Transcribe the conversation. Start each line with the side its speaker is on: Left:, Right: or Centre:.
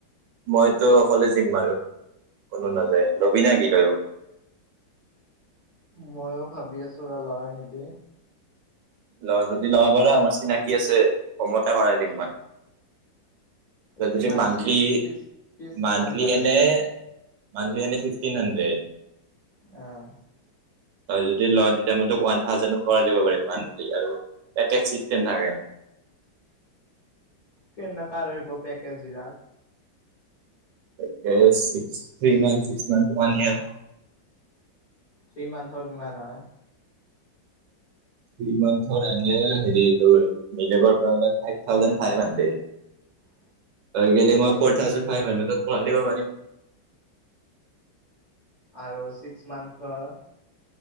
Right: মইতো অকলে যিম মাৰো কোনো নাযায়। লবি না কি তইয়ো?
Left: ময়ো ভাবি আছোঁ লয় নেকি?
Right: ল যদি ল' ব পাৰা মোৰ চিনাকি আছে কমতে কৰাই দিম মই। তই
Left: কিমান
Right: যদি মান্থলি
Left: ফিজ ফিজ ফিজ কিমান
Right: মান্থলি
Left: তাৰে
Right: এনে মান্থলি এনে ফিফটিন হাড্ৰেড।
Left: অহ।
Right: তই যদি ল তেতিয়া মইতোক ওৱান থাউজেণ্ডও কৰাই দিব পাৰিম মান্থ আৰু এক এক চিচতেম থাকে।
Left: কে নেকা হয় পেকেজ বিলাক।
Right: পেকেট ষিষ্ঠীমান চিকচ মান ৱান ইয়েৰ।
Left: থ্ৰী মান্থৰ কিমান হয়?
Right: থ্ৰী মান্থৰ এনে হেৰিতো বেলেগৰ পৰা হ'লে ফাইফ থাউজেড ফাইফ হনন্দেত।
Left: <unintelligible>
Right: হয় গেলে মৰ ফৰ্ট থাউজেড ফাইভ হাড্ৰেতত কৰাই দিব পাৰিম।
Left: আৰু ছিক্স মান্থৰ